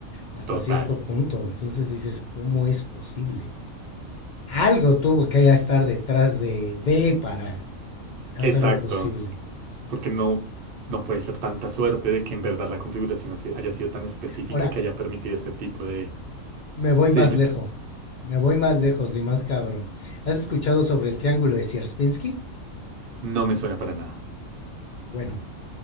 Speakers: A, on the left (about 75°); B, on the right (about 60°).
A: Hasta
B: total.
A: cierto punto. Entonces dices, ¿cómo es posible? Algo tuvo que estar detrás de, de para hacerlo
B: Exacto,
A: posible.
B: porque no, no puede ser tanta suerte de que en verdad la configuración así- haya sido tan específica
A: Ahora,
B: que haya permitido este tipo de...
A: me voy
B: Sí,
A: más
B: dime.
A: lejos. Me voy más lejos y más cabrón. ¿Has escuchado sobre el triángulo de Sierpinski?
B: No me suena para nada.
A: Bueno,